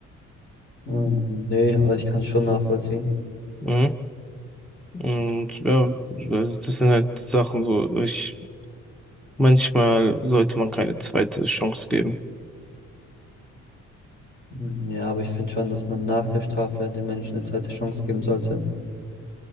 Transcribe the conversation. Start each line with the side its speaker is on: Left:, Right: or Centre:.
Left: Mm, Nee, also ich kann es schon nachvollziehen.
Centre: Mhm. Und ja, also das sind halt Sachen so, ich Manchmal sollte man keine zweite Chance geben.
Left: Mm, Ja, aber ich finde schon, dass man nach der Strafe den Menschen eine zweite Chance geben sollte.